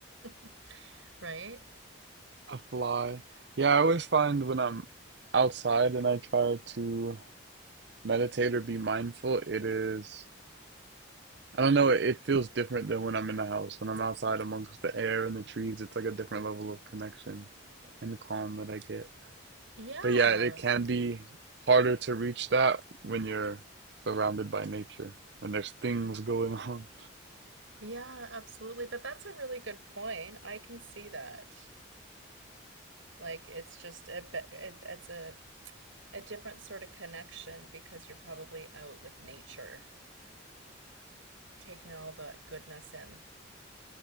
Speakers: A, on the right (about 80°); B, on the right (about 55°).
A: <laughs> right?
B: A fly. Yeah, I always find when I'm outside and I try to meditate or be mindful, it is I don't know, it, it feels different than when I'm in the house. When I'm outside amongst the air and the trees, it's like a different level of connection and calm that I get.
A: Yeah.
B: But yeah, it can be harder to reach that when you're surrounded by nature, when there's things going <laughs> on.
A: Yeah, absolutely. But that's a really good point. I can see that. Like it's just a bit, it's a a different sort of connection because you're probably out with nature, taking all the goodness in.